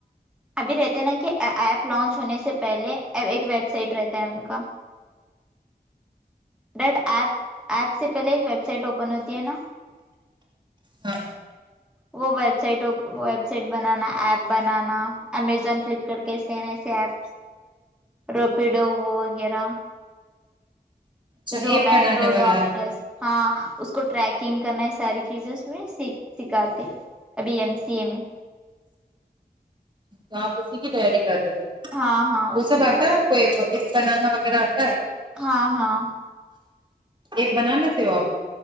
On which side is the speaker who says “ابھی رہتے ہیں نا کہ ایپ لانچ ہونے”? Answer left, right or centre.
Centre